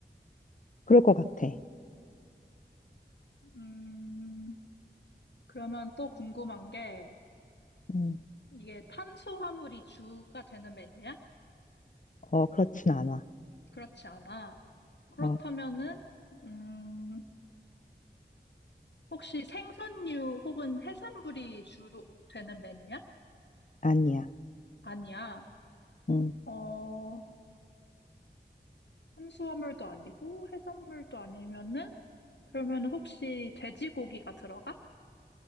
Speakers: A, on the left (about 45°); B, on the left (about 70°).
A: 그럴 것 같아.
B: 음, 그러면 또 궁금한 게
A: 음,
B: 이게 탄수화물이 주가 되는 메뉴야?
A: 어, 그렇진 않아.
B: 그렇지 않아. 그렇다면은
A: 어,
B: 음, 혹시 생선류 혹은 해산물이 주로 되는 메뉴야?
A: 아니야.
B: 아니야.
A: 음.
B: 어, 탄수화물도 아니고 해산물도 아니면은 그러면 혹시 돼지고기가 들어가?